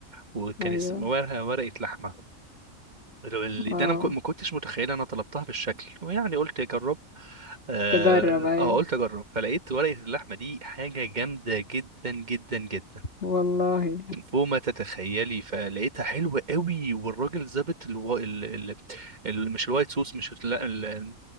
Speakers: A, on the right (about 35°); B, on the left (about 45°).
A: وكان
B: ايوه
A: اسم ورقه ورقه لحمه ال-
B: واو
A: ده انا مك- ما كنتش متخيل انا طلبتها بالشكل ويعني قلت اجرب اه
B: تجرب ايوه
A: آه، قلت اجرب فلقيت ورقه اللحمه دي حاجه جامده جدا جدا جدا
B: والله
A: فوق ما تتخيلي فلقيتها حلوة قوي والراجل ظابط الو... ال... ال... ال... مش الوايت صوص مش لا ال...